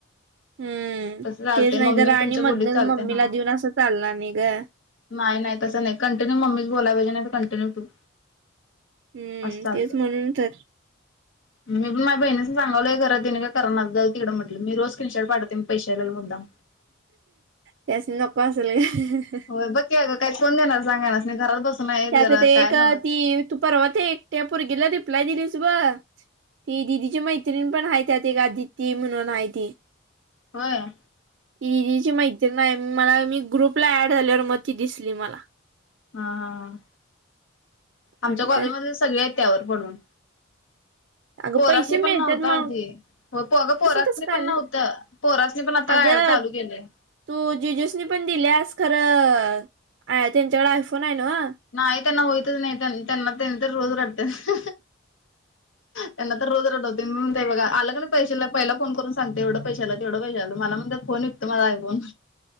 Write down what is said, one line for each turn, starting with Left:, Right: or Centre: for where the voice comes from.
Right: हम्म
Left: तसं चालतंय
Right: तेच नाही
Left: मम्मीने
Right: तर,
Left: तुमच्या
Right: आणि
Left: बोललीत
Right: मधन
Left: चालतंय
Right: मम्मीला
Left: हा
Right: देऊन असं चालनार नाही गं.
Left: नाही, नाही तस नाही कंटिन्यू मम्मीच बोलाय पाहिजे नाही तर कंटिन्यूू तू.
Right: हम्म.
Left: असं चालतंय
Right: तेच म्हणून तर,
Left: माझ्या बहिणीचे चांगला आहे खरं तिनी काय करणार मी रोज स्क्रीन शॉट पाठवते पैसे आलेले मुद्दाम
Right: त्यासनी नको असेल गं.
Left: होय बघ की अगं, काही कोण देणार सांग हेनासनी घरात बसून आहेत
Right: त्यात
Left: जरा
Right: ते
Left: काय
Right: एक
Left: नव्हच.
Right: ती तु, परवा ते एकट्या, पोरगीला रिप्लाय दिलीस बगं. ती दिदीची मैत्रिण पण आहे, त्यात एक आदिती म्हणून आहे ती.
Left: होय.
Right: ती दीदीची मैत्रीण हाय, मला मी ग्रुपला ऍड झाल्यावर मग ती दिसली मला.
Left: हा हा, आमच्या
Right: आणि
Left: कॉलेजमधले,
Right: काय
Left: सगळे आहेत त्यावर पडून.
Right: अगं
Left: पोरांसणी
Right: पैसे
Left: पण
Right: मिळतात
Left: नव्हत आधी,
Right: मग
Left: हो प अगं पोरासनी
Right: कसं काय
Left: पण
Right: आले
Left: नव्हतं पोरसनी पण आता
Right: अगं
Left: चालू केलंय.
Right: तू जीजूसनी पण दिल्यास खरं त्यांच्याकडे आयफोन आहे नव?
Left: नाही त्यांना होयतच नाही, त्यांना त्यांनी तर रोज रडत्यात. त्यांना तर रोज रडवते म्ह, बघ आलं की पैशेला, पहिला फोन करून सांगतोय. एवढं पैशे आल, तेवढं पैश आल मला म्हणत्यात. फोन विकतो माझा आयफोन.